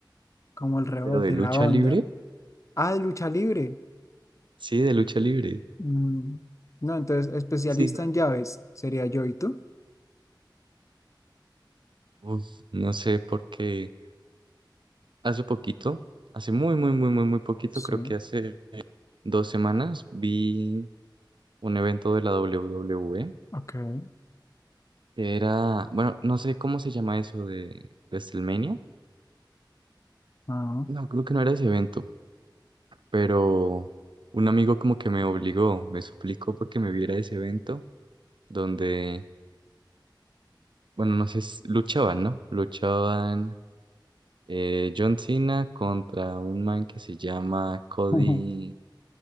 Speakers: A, on the left; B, on the right.
A: como el rebote,
B: Pero de lucha
A: la onda.
B: libre,
A: Ah, lucha libre.
B: sí, de lucha libre,
A: Mm, no, entonces especialista
B: sí.
A: en llaves sería yo y tú.
B: Uf, no sé por qué. Hace poquito, hace muy, muy, muy, muy, muy poquito,
A: Sí,
B: creo que hace dos semanas, vi un evento de la WWE
A: ok.
B: Era, bueno, no sé cómo se llama eso de WrestleMania.
A: Ah,
B: No, creo que no era ese evento, pero un amigo como que me obligó, me suplicó porque me viera ese evento donde, bueno, no sé, s- luchaban, ¿no? Luchaban eh, John Cena contra un man que se llama Cody,
A: ujú. <laughs>